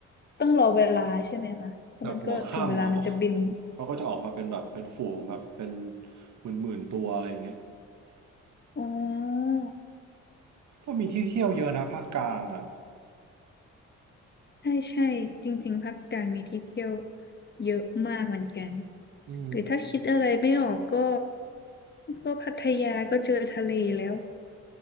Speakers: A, on the left; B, on the right.
A: ต้องรอเวลาใช่ไหมคะเพราะมันก็ถึงเวลามันจะบิน
B: แบบหัวค่ำเขาก็เขาก็จะออกมาเป็นแบบเป็นฝูงแบบเป็นหมื่นหมื่นตัวอะไรอย่างเงี้ย
A: อ๋อ
B: ก็มีที่เที่ยวเยอะนะภาคกลางอ่ะ
A: ใช่ใช่จริงๆภาคกลางมีที่เที่ยวเยอะมากเหมือนกัน
B: อืม
A: หรือถ้าคิดอะไรไม่ออกก็ก็พัทยาก็เจอทะเลแล้ว